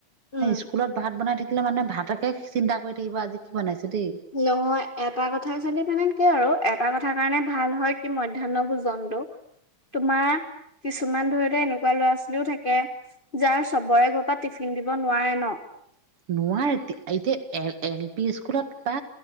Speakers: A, on the left; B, on the right.
A: উম
B: স্কুলত ভাত বনাই থাক থাকে মানে ভাতকে চিন্তা কৰি থাকিব আজি কি বনাইছে। দেই।
A: নহয়। এটা কথা চালি মানে কি আৰু এটা কথা কাৰণে ভাল হয় কি মধ্যাহ্ন ভোজনটো, তোমাৰ কিছুমান, ধৰিলে এনেকুৱা ল'ৰা ছোৱালীও থাকে যাৰ চবৰে ঘৰ পৰা টিফিন দিব নোৱাৰে ন।
B: নোৱাৰতো এতিয়া এ এল বি স্কুলত বা